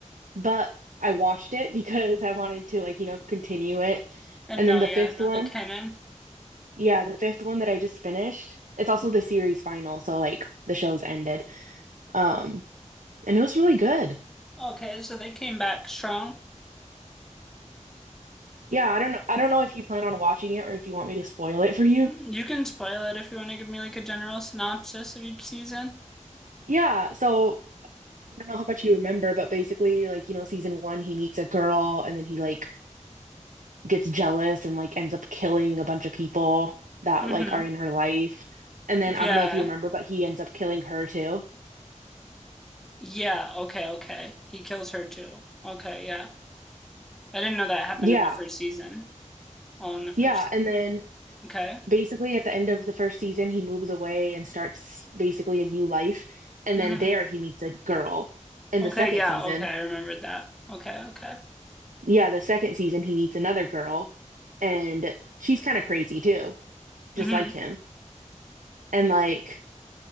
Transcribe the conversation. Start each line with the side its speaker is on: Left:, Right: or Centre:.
Right: but I watched it because I wanted to like, you know, continue it.
Centre: And
Right: And
Centre: no,
Right: then the
Centre: yeah,
Right: fifth
Centre: no,
Right: one,
Centre: they canon.
Right: yeah, the fifth one that I just finished, it's also the series final, so like the show's ended. Um, and it was really good.
Centre: Okay, so they came back strong.
Right: Yeah, I don't know I don't know if you plan on watching it or if you want me to spoil it for you.
Centre: Mm, You can spoil it if you want to give me like a general synopsis of each season.
Right: Yeah, so I don't know how much you remember, but basically like, you know, season one, he meets a girl and then he like gets jealous and like ends up killing a bunch of people that
Centre: Mm-hmm.
Right: like are in her life. And then
Centre: Yeah.
Right: I don't know if you remember, but he ends up killing her too.
Centre: Yeah, okay, okay. He kills her too. Okay, yeah. I didn't know that happened
Right: Yeah.
Centre: in the first season. All in the first.
Right: Yeah. And then
Centre: Okay.
Right: basically at the end of the first season, he moves away and starts basically a new life. And
Centre: Mm-hmm.
Right: then there he meets a girl. In
Centre: Okay,
Right: the second
Centre: yeah,
Right: season,
Centre: okay, I remembered that. Okay, okay.
Right: yeah, the second season, he meets another girl. And she's kind of crazy too, just
Centre: Mm-hmm.
Right: like him. And like,